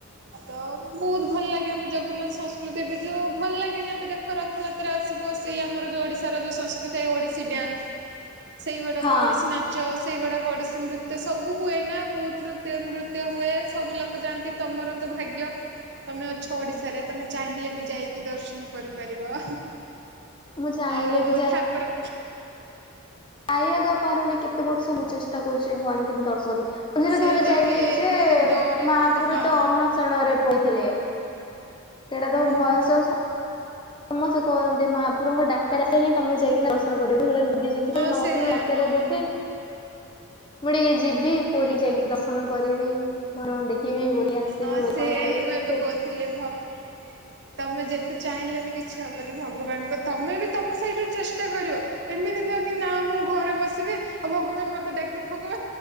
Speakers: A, on the right (about 55°); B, on the left (about 25°).
A: ବହୁତ୍ ଭଲ ଲାଗେ ଆମ ଜଗନ୍ନାଥ ସଂସ୍କୃତି ବି ଯୋଉ ଭଲ ଲାଗେନି ଏବେ ଦେଖ ର ଥଯାତ୍ରା ଆସିବ ସେଇ ଆମର ଯୋଉ ଓଡ଼ିଶାର ଯୋଉ ସଂସ୍କୃତି ଥାଏ ଓଡ଼ିଶୀ ଡ୍ୟାନ୍ସ ସେଇଗୁଡାକ
B: ହଁ
A: ଅଡିଶୀ ନାଚ ସେଇଗୁଡାକ ଅଡିଶୀ ନୃତ୍ୟ ସବୁ ସବୁ ହୁଏ ନା ବହୁତ ନୃତ୍ୟ ନୃତ୍ୟ ହୁଏ ସବୁ ଲୋକ ଯାଆନ୍ତି ତମର ତ ଭାଗ୍ୟ ତମେ ଅଛ ଓଡିଶ ରେ ତମେ ଚାହିଁଲେ ବି ଯାଇକି ଦର୍ଶନ କରିପାରିବ।
B: ମୁଁ ଚାହିଁଲେ
A: ଆଉ
B: ବି
A: ଠାକୁର
B: ଖାଇବାଗ ପାରୁନି କେତେ ବର୍ଷ ମୁଁ ଚେଷ୍ଟା କରୁଛି ଭଗବାନ କେମତି ଦ ପରୀକ୍ଷା ମଝିରେ
A: ସେଇଟା
B: ଥରେ ଯାଇଲି
A: ବି
B: ଯେ
A: କୁହନ୍ତି ଡୋରି
B: ମହାପୁରୁ
A: କୁହନ୍ତି ହଁ
B: ତ ଅନ ଣରେ ପଥିଲେ ସେଟା ତମ
A: ଓହୋ
B: ଭୟସ ସମସ୍ତେ କୁହନ୍ତି ମହାପଭୁର ଡାକ ଆ ହିଁ ତମେ ଯାଇକି ଦର୍ଶନ କରିବ ସେଟା? କେବେ ଶିଖ
A: ହଁ
B: ମହାପ୍ରଭୁ
A: ସେଇଆ
B: ଡାକାର
A: ହଁ
B: ଦେବେ? ମୁଁ ଟିକେ ଯିବି ପୁରୀ ଯାଇକି ଦର୍ଶନ କରିବି ଭଗବନ୍ ଦେଖିବି ବୋଲି ଆସିବି
A: ହଁ
B: ବୋଲି
A: ସେୟା
B: କହିଲା ବେଳୁ
A: ହିଁ ମୁଁ ଏବେ
B: ସେ
A: କହୁଥିଲି? ଥିଲ ତମେ ଯେତେ ଚାହିଁଲେ ବି କିଛି ହବନି ଭଗବାନଙ୍କ ତମେ ବି ତମ ସାଇଠରୁୁ ଚେଷ୍ଟା କରିବ। ଏମିତି ନହ କି ନା ମୁଁ ଘରେ ବସିବି ଆଉ ଭଗବାନ ମୋତେ ଡାକି ଭୋଗ